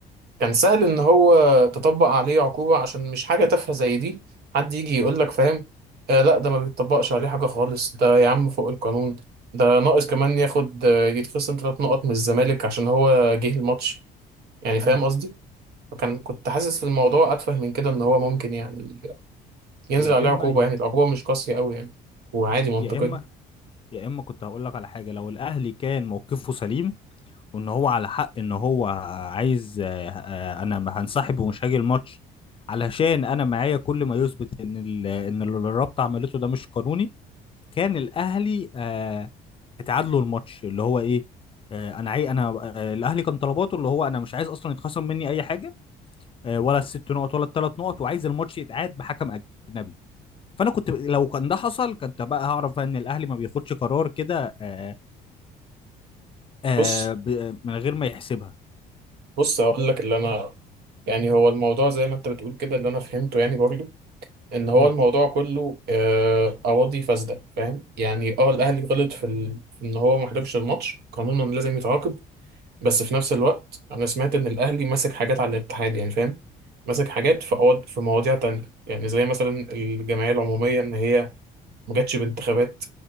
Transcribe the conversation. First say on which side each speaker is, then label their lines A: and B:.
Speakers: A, on the right (about 70°); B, on the left (about 30°).
A: كان سهل ان هو تطبق عليه عقوبة عشان مش حاجة تافهة زي دي حد يجي يقول لك فاهم آه لا ده ما بيتطبقش عليه حاجة خالص ده يا عم فوق القانون ده ناقص كمان ياخد آه، يتخصم ثلاث نقط من الزمالك عشان هو جه الماتش يعني فاهم
B: امم
A: قصدي فكان كنت حاسس الموضوع اتفه من كده ان هو ممكن يعني ينزل
B: يا
A: عليه
B: اما
A: عقوبة
B: يا
A: يعني العقوبة مش قاسية قوي يعني وعادي منطقية
B: يا اما يا اما كنت هقول لك على حاجه لو الاهلي كان موقفه سليم وان هو على حق ان هو عايز آه، آه، انا ما هنسحب ومش هاجي الماتش علشان انا معايا كل ما يثبت ان ال- ان اللي الرابطه عملته ده مش قانوني كان الاهلي آه اتعادلوا الماتش اللي هو ايه آه، انا عاي انا آه، الاهلي كان طلباته اللي هو انا مش عايز اصلا يتخصم مني اي حاجه آه، ولا الست نقط ولا الثلاث نقط وعايز الماتش يتعاد بحكم اجنبي فانا كنت لو كان ده حصل كنت بقى هعرف بقى ان الاهلي ما بياخدش قرار كده آه، آه،
A: بص
B: ب- من غير ما يحسبها
A: بص هقول لك اللي انا يعني هو الموضوع زي ما انت بتقول كده اللي انا فهمته يعني برضو ان هو
B: مم،
A: الموضوع كله آه، اراضي فاسده فاهم يعني اه الاهلي غلط في ال... في ان هو ما حضرش الماتش قانونا لازم يتعاقب بس في نفس الوقت انا سمعت ان الاهلي ماسك حاجات على الاتحاد يعني فاهم ماسك حاجات في أوض... في مواضيع تانية يعني زي مثلا الجمعيه العموميه ان هي ما جاتش بانتخابات